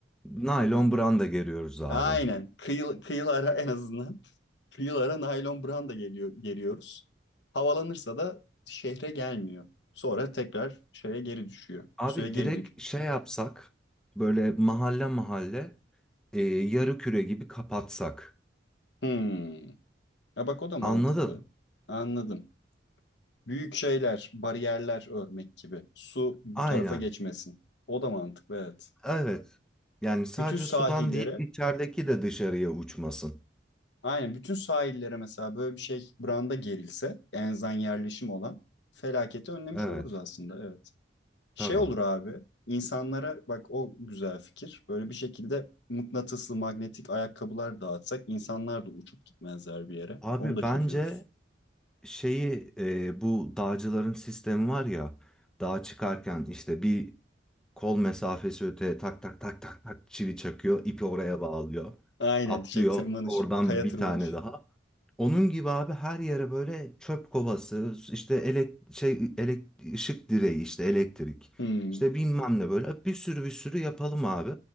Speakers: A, in the centre; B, on the left.
A: Naylon branda geriyoruz abi.
B: aynen kıyı, kıyılara en azından <laughs> kıyılara naylon branda geliyor geliyoruz. Havalanırsa da şehre gelmiyor. Sonra tekrar şeye geri düşüyor.
A: Abi
B: Suya geri
A: direkt
B: düşüyor.
A: şey yapsak böyle mahalle mahalle e, yarı küre gibi kapatsak.
B: Hmm. Ya bak o da mantıklı.
A: Anladın?
B: Anladım. Büyük şeyler, bariyerler örmek gibi. Su bu
A: Aynen.
B: tarafa geçmesin. O da mantıklı evet.
A: Evet. Yani sadece
B: Bütün sahillere,
A: sudan değil içerideki de dışarıya uçmasın.
B: aynen bütün sahillere mesela böyle bir şey branda gerilse, enzan yerleşim olan felaketi önlemiş
A: Evet.
B: oluruz aslında evet. Şey
A: Tabii.
B: olur abi, insanlara bak o güzel fikir. Böyle bir şekilde mıknatıslı magnetik ayakkabılar dağıtsak insanlar da uçup gitmezler bir yere.
A: Abi
B: Onu da
A: bence
B: çözüyoruz.
A: şeyi e, bu dağcıların sistemi var ya dağa çıkarken işte bir kol mesafesi öte tak tak tak tak tak çivi çakıyor ipi oraya bağlıyor
B: Aynen
A: atlıyor
B: şey tırmanış,
A: oradan
B: kaya
A: bir
B: tırmanış.
A: tane daha onun gibi abi her yere böyle çöp kovası işte elek şey elek ışık direği işte elektrik
B: Hmm.
A: işte bilmem ne böyle bir sürü bir sürü yapalım abi